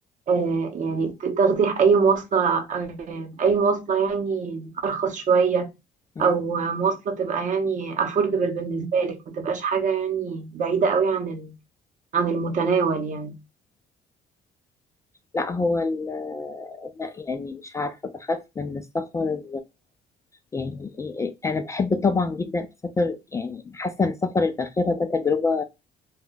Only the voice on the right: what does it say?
آه، يعني تاخدي اي مواصله آه، اي مواصله يعني ارخص شويه
او مواصلة تبقى يعني affordable بالنسبة لك ما تبقاش حاجة يعني بعيدة قوي عن ال... عن المتناول يعني